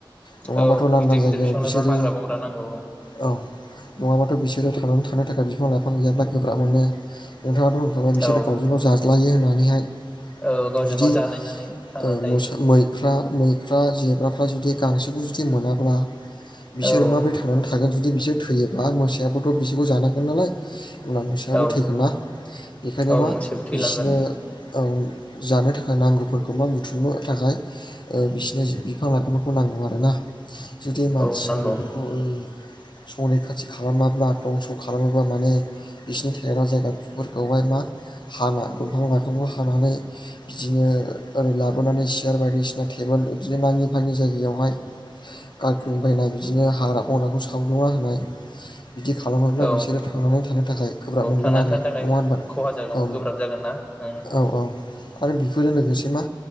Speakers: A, on the left; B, on the left.
A: नङाबाथ'
B: औ
A: लांदां
B: गिदिर
A: जायगायाव
B: गिदिर
A: बिसोरो
B: लाइफां हाग्रा बंग्रा नांगौ
A: औ नङाथ' बि सोरो थांनानै थानो थाखाय बिफां लाइफां गैयाब्ला गोब्राब मोनो नोंथाङा। नङाबा बिसोरो
B: औ
A: गावजों गाव जाज्लायो होनना बेैहाय
B: औ गावजों
A: बिदि
B: गाव जानायनानै थांनानै
A: ओह
B: थायो
A: मोसा मैफ्रा मैफ्रा जेब्राफ दा जुदि गांसोखौ जुदि मोनाब्ला बिसोर
B: औ
A: माबोरै थांनानै थागोन जुद जदि बिसोर थैयोबा मोसायाबोथ' बिसोरखौ जानांगोन नालाय अब्ला मोसायाबो
B: औ
A: थैगोन ना बेखायनो
B: औ
A: मा
B: मोसौ थैलांगोन
A: बिसोरनो औ जानो थाखाय नांगौफोरखौ मा बुथुमनो थाखाय ओह बिसोरनो बिफां लाइफांफोरखौ नांगौ आरोना जुदि मानसिया
B: औ नांगौ
A: बेफोरखौ ओ संरैखाथि खालामाब्ला दंस' खालामोबा माने बिसिनि थायग्रा जायगाुफोरखौहाय मा हाना दंफां लाइफांखौ हानानै बिदिनो ओरै लाबोनानै सियार बायदिसिना टेबोल बिदिनो नाङि फाङि जायगायावहाय गारख्लुंबायनाय बिदिनो हाग्रा बंग्राखौ सावग्लुंना होनाय बिदि खालामोब्ला
B: औ
A: बिसोरो थांनानै थानो थाखाय गोब्राब मोनगोन
B: थांनानै
A: आरो
B: थानो थाखाय
A: नङा होनबा
B: खहा जागोन
A: औ औ
B: गोब्राब जागोन ना ओं
A: औ औ आरो बेफोरजों लोगोसे मा